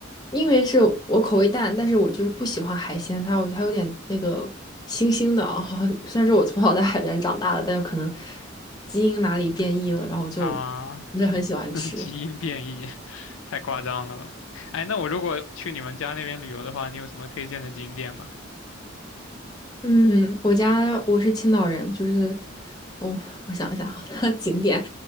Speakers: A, on the left (about 20°); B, on the left (about 80°).
A: 因为是我口味淡，但是我就是不喜欢海鲜，它我觉得它有点那个腥腥的啊。<laughs> 虽然说我从小在海边长大的，但是可能基因哪里变异了，然后我就
B: 啊？
A: 不是很喜欢吃。
B: <laughs> 基因变异，太夸张了吧？哎，那我如果去你们家那边旅游的话，你有什么推荐的景点吗？
A: 嗯，我家我是青岛人，就是哦，我想一想啊，<laughs> 景点。